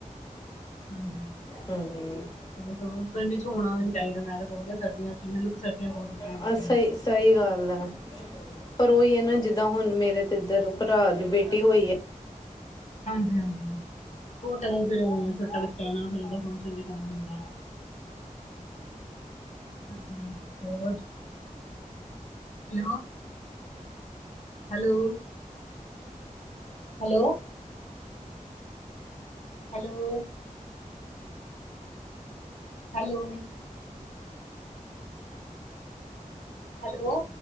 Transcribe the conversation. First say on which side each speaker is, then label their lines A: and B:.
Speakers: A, on the left; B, on the left.
A: ਹਾਂਜੀ।
B: ਹਾਂਜੀ।
A: ਇਨੇ ਸੋਹਲ, ਪਿੰਡ 'ਚ ਹੋਣਾ ਵੀ ਨੀ। ਚਾਈਦਾ, ਮੈ ਤੇ ਬਹੁਤੀਆਂ ਸਰਦੀਆਂ ਸੀ, ਮੈਨੂੰ ਤੇ ਸਰਦੀਆਂ ਬਹੁਤ ਵਧੀਆ ਲੱਗਦੀਆਂ
B: ਆ
A: ਨੇ।
B: ਸਹੀ ਸਹੀ ਗੱਲ ਹੈ ਪਰ ਉਹੀ ਐ ਨਾ, ਜਿੱਦਾਂ ਹੁਣ ਮੇਰੇ ਤੇ ਇੱਧਰ ਭਰਾ ਦੀ ਬੇਟੀ ਹੋਈ ਐ
A: ਹਾਂਜੀ-ਹਾਂਜੀ, ਉਹ ਤਾਂ ਹੈ ਈ, ਫੇਰ ਛੋਟਾ ਬੱਚਾ ਏ ਨਾ ਫਿਰ ਉਹਦਾ ਫੰਕਸ਼ਨ ਤੇ ਕਰਨਾ ਪੈਂਦਾ। ਹਾਂਜੀ ਹੋਰ। Hello. Hello. Hello. Hello. Hello. Hello.